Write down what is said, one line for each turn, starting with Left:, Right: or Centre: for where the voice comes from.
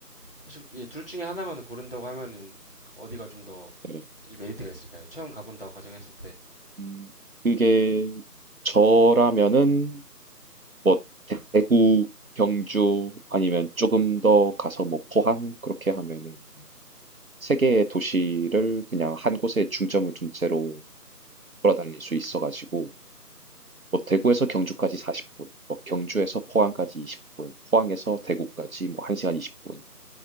Left: 사실 이 둘 중에 하나만 고른다고 하면은 어디가 좀 더
Right: 네네.
Left: 이제 메리트가 있을까요? 처음 가본다고 가정했을 때.
Right: 음, 그게 저라면은 뭐 대구, 경주 아니면 조금 더 가서 뭐 포항 그렇게 하면은 세 개의 도시를 그냥 한 곳에 중점을 둔 채로 돌아다닐 수 있어가지고 뭐 대구에서 경주까지 40분, 뭐 경주에서 포항까지 20분, 포항에서 대구까지 뭐 1시간 20분